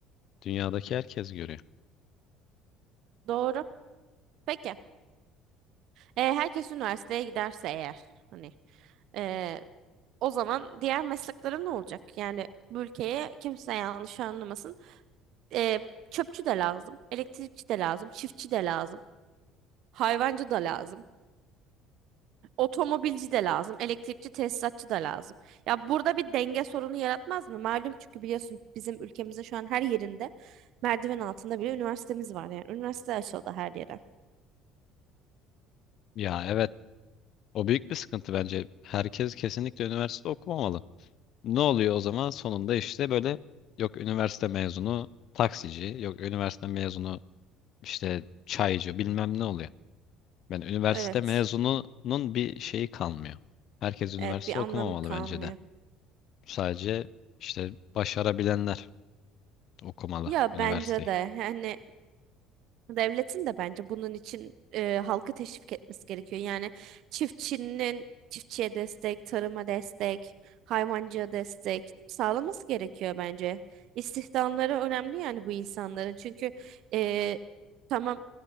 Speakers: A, on the left; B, on the right.
A: dünyadaki herkes görüyor.
B: Doğru. Peki. E, herkes üniversiteye giderse eğer hani e, o zaman diğer mesleklerin ne olacak? Yani bu ülkeye kimse yanlış anlamasın. e, çöpçü de lazım, elektrikçi de lazım, çiftçi de lazım, hayvancı da lazım, otomobilci de lazım, elektrikçi tesisatçı da lazım. Ya burada bir denge sorunu yaratmaz mı? Malum çünkü biliyorsun bizim ülkemizde şu an her yerinde merdiven altında bile üniversitemiz var yani. Üniversite açıldı her yere.
A: Ya evet o büyük bir sıkıntı bence. Herkes kesinlikle üniversite okumamalı. Ne oluyor o zaman? Sonunda işte böyle yok üniversite mezunu taksici, yok üniversite mezunu işte çaycı bilmem ne oluyor. Ben üniversite
B: Evet.
A: mezununun bir şeyi kalmıyor. Herkes üniversite
B: Evet bir anlamı
A: okumamalı
B: kalmıyor.
A: bence de. Sadece işte başarabilenler okumalı
B: Ya
A: üniversiteyi.
B: bence de hani Devletin de bence bunun için e, halkı teşvik etmesi gerekiyor. Yani çiftçinin çiftçiye destek, tarıma destek, hayvancıya destek sağlaması gerekiyor bence. İstihdamları önemli yani bu insanların. Çünkü e, tamam